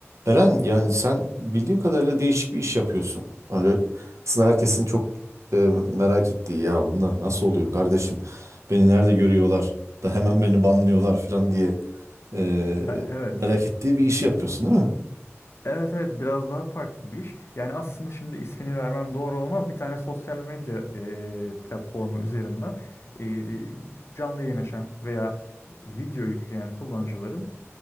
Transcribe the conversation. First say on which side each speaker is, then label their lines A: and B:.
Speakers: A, on the right (about 75°); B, on the left (about 60°).
A: Eren yani sen bildiğim kadarıyla değişik bir iş yapıyorsun. Öyle aslında herkesin çok e, merak ettiği ya bunlar nasıl oluyor kardeşim? Beni nerede görüyorlar da hemen beni banlıyorlar falan diye e,
B: Ya evet.
A: merak ettiği bir iş yapıyorsun değil mi?
B: Evet evet biraz daha farklı bir iş. Yani aslında şimdi ismini vermem doğru olmaz. Bir tane sosyal medya e, platformu üzerinden e, canlı yayın açan veya video yükleyen kullanıcıların